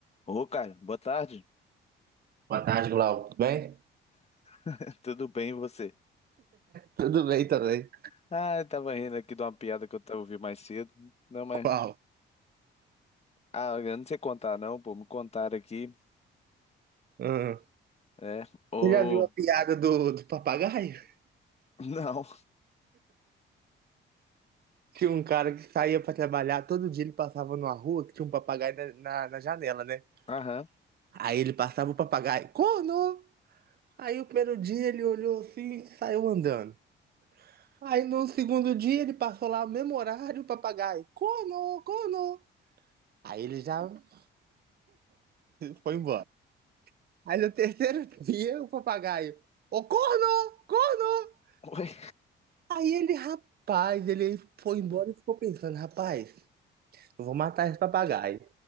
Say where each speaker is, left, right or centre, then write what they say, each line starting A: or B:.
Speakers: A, on the left (about 30°); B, on the right (about 50°).
A: Ô, Caio, boa tarde.
B: Boa tarde, Glauco. Tudo bem?
A: <laughs> Tudo bem, e você?
B: Tudo bem também.
A: Ah, eu tava rindo aqui de uma piada que eu tava ouvindo mais cedo. Não, mas.
B: Qual?
A: Ah, eu não sei contar, não, pô. Me contaram aqui.
B: Hum.
A: É. Ô.
B: Você já viu a
A: <laughs>
B: piada do, do papagaio?
A: Não.
B: Tinha um cara que saía pra trabalhar, todo dia ele passava numa rua que tinha um papagaio na, na, na janela, né?
A: Aham.
B: Aí ele passava o papagaio, corno! Aí o primeiro dia ele olhou assim e saiu andando. Aí no segundo dia ele passou lá no mesmo horário, o papagaio, corno, corno! Aí ele já <laughs> foi embora. Aí no terceiro <laughs> dia o papagaio, ô corno, corno!
A: Oi.
B: Aí ele, rapaz, ele foi embora e ficou pensando, rapaz, eu vou matar esse papagaio.